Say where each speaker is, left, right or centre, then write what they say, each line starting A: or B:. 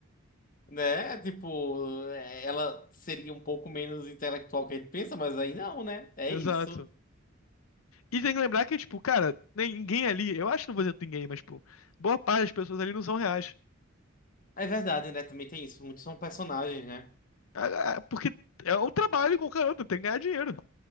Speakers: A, on the left; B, on the left.
A: né? Tipo, é, ela seria um pouco menos intelectual que a gente pensa, mas aí não, né? É
B: exato.
A: isso.
B: E tem que lembrar que, tipo, cara, nem- ninguém ali, eu acho que não vou dizer ninguém, mas, tipo, boa parte das pessoas ali não são reais.
A: É verdade, né? Também tem isso. Muitos são personagens, né?
B: Ah, ah, Porque é um trabalho com o outro, tem que ganhar dinheiro.